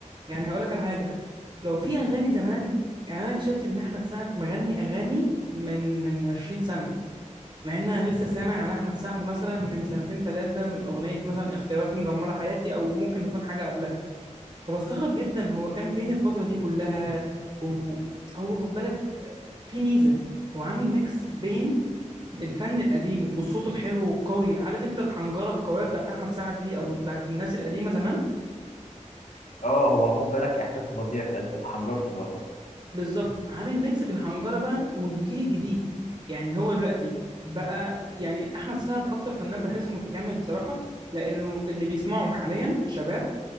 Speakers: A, on the right; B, on the left.
A: يعني هقول لك على حاجه لو في اغاني زمان يعني انا اكتشفت ان احمد سعد مغني اغاني من من 20 سنه مع ان انا لسه سامع عن احمد سعد مثلا من سنتين ثلاثه من اغنيه مثلا اختياراتي مدمره حياتي او ممكن تكون حاجه قبلها فبستغرب جدا هو كان فين الفتره دي كلها وهو خد بالك آه، في ميزه هو عامل ميكس بين الفن القديم والصوت الحلو والقوي عارف انت الحنجره القويه بتاعت احمد سعد دي او بتاعت الناس القديمه زمان
B: اه هو خد بالك إحساسه فظيع في الحتة في حنجرته بالأخص
A: بالظبط عامل ميكس بالحنجره بقى والجيل الجديد يعني هو دلوقتي بقى يعني احمد سعد اكتر فنان بحسه متكامل بصراحه لانه اللي بيسمعه حاليا شباب